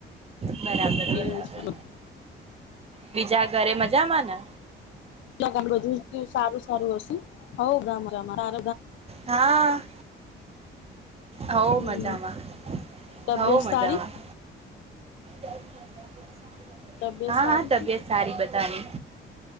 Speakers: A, on the right; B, on the left.
A: બરાબર
B: એ
A: બરાબર
B: અનુસ્ઠાન <unintelligible>
A: બીજા ઘરે મજામાં ને.
B: ત્યા બધું સારું સારું હશું હોવ ગામ ગામ માર.
A: હા બઉ
B: હમ
A: મજામાં
B: તબિયત
A: બઉ મજામાં.
B: સારી
A: <inaudible>
B: તબિયત
A: હા
B: સારી
A: હા તબિયત
B: છે
A: સારી બધાની